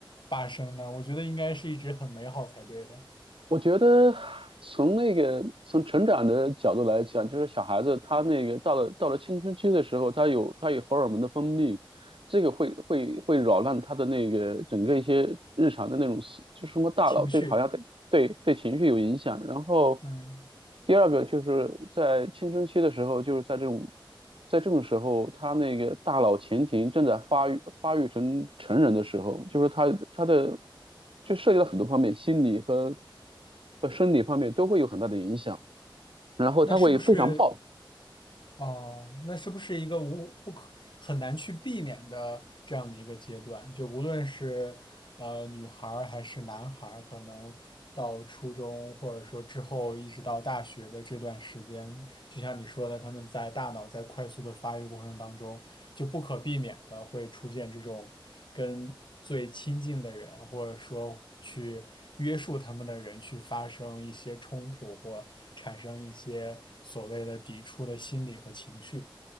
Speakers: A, on the left; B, on the right.
A: 发生呢？我觉得应该是一直很美好才对的
B: 我觉得从那个从成长的角度来讲，就是小孩子他那个到了到了青春期的时候，他有他有荷尔蒙的分泌，这个会会会扰乱他的那个整个一些日常的那种思，就是什么大脑对好像对对对情绪有影响。
A: 情绪。
B: 然后
A: 嗯，
B: 第二个就是在青春期的时候，就是在这种在这种时候，他那个大脑前庭正在发育发育成成人的时候，就是他他的就涉及到很多方面，心理和和生理方面都会有很大的影响。然后他会非常暴
A: 那是不是哦？那是不是一个无不可很难去避免的这样的一个阶段？就无论是呃，女孩儿还是男孩儿，可能到初中或者说之后一直到大学的这段时间，就像你说的，他们在大脑在快速的发育过程当中，就不可避免的会出现这种跟最亲近的人，或者说去约束他们的人去发生一些冲突或产生一些所谓的抵触的心理和情绪。